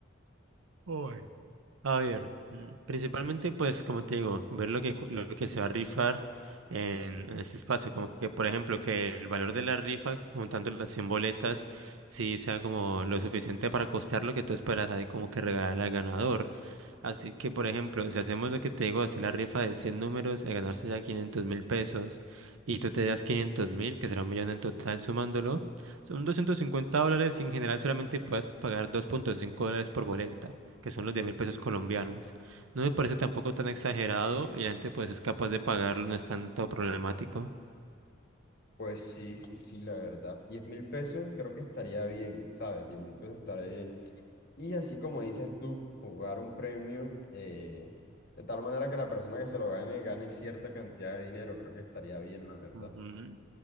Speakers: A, on the right; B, on the left.
A: Uy. A ver, mm, principalmente pues como te digo, ver lo que, cu- lo que se va a rifar en, en este espacio, como que por ejemplo que el valor de la rifa juntando las 100 boletas sí sea como lo suficiente para costar lo que tú esperas ahí como que regalar al ganador. Así que por ejemplo, si hacemos lo que te digo, hacer la rifa de 100 números, a ganarse ya quinientos mil pesos y tú te das quinientos mil, que será un millón en total sumándolo, son 250 dólares y en general solamente puedes pagar dos punto cinco dólares por boleta que son los 10 mil pesos colombianos. No me parece tampoco tan exagerado y la gente pues es capaz de pagarlo, no es tanto problemático.
B: Pues sí, sí, sí, la verdad. diez mil pesos creo que estaría bien, ¿sabes? diez mil pesos estaría bien. Y así como dices tú, jugar un premio eh, de tal manera que la persona que se lo gane gane cierta cantidad de dinero, creo que estaría bien, la verdad,
A: Ujú.